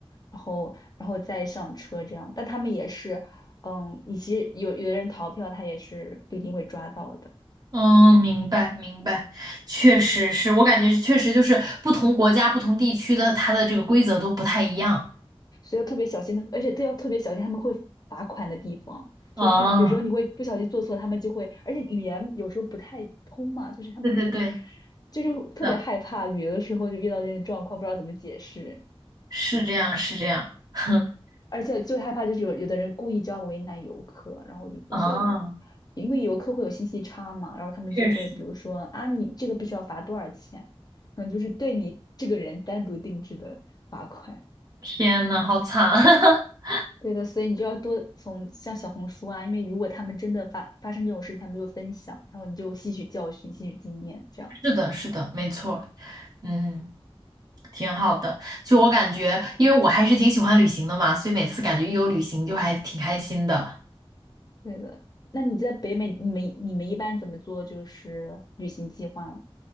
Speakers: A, on the left; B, on the right.
A: 然后然后再上车这样，但他们也是，嗯，你其实有有的人逃票，他也是不一定会抓到的。
B: 嗯，明白明白，确实是我感觉确实就是不同国家、不同地区的它的这个规则都不太一样。
A: 所以要特别小心的，而且都要特别小心他们会罚款的地方。
B: 哦，
A: 就有时候你会不小心做错，他们就会，而且语言有时候不太通嘛，就是他们的，
B: 对对对，
A: 就是特别害怕旅游的时候就遇到这种状况，
B: 是的，
A: 不知道怎么解释，
B: 是这样是这样。<laughs>
A: 而且最害怕就是有有的人故意就要为难游客，然后就比如说，
B: 啊，
A: 因为游客会有信息差嘛，然后他们就会比如说啊，
B: 确实，
A: 你这个必须要罚多少钱，可能就是对你这个人单独定制的罚款。
B: 天呐，好惨！<laughs>
A: 对的，所以你就要多从像小红书啊，因为如果他们真的发发生这种事，情，他们就分享，然后你就吸取教训、吸取经验，这样。
B: 是的，是的，没错嗯，挺好的。就我感觉，因为我还是挺喜欢旅行的嘛，所以每次感觉一有旅行就还挺开心的。
A: 对的。那你在北美，你们你们一般怎么做？就是旅行计划，